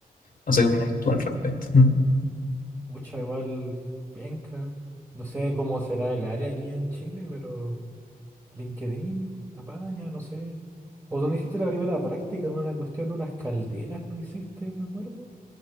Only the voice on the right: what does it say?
Ucha, igual, penca. No sé cómo será el área aquí en Chile, pero... LinkedIn, Apaña, no sé. O donde hiciste la primera práctica, en una cuestión de unas calderas, ¿no hiciste? Me acuerdo.